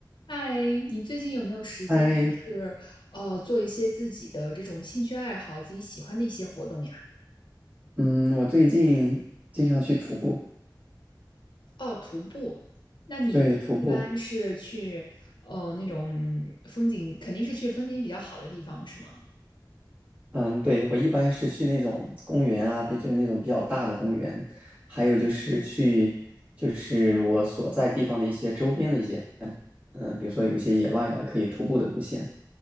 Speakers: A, on the left; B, on the right.
A: 嗨，你最近有没有时间，
B: 嗨，
A: 就是呃，做一些自己的这种兴趣爱好，自己喜欢的一些活动呀？
B: 嗯，我最近经常去徒步，
A: 哦，徒步。那你一般是去呃那种
B: 对，徒步，
A: 风景，肯定是去风景比较好的地方，是吗？
B: 嗯，对，我一般是去那种公园啊，别就是那种比较大的公园，还有就是去就是我所在地方的一些周边的一些，嗯，比如说有一些野外的可以徒步的路线